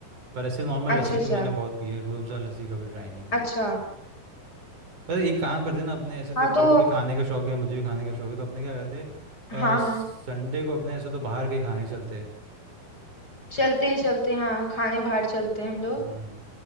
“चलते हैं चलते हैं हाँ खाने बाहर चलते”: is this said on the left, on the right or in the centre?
Left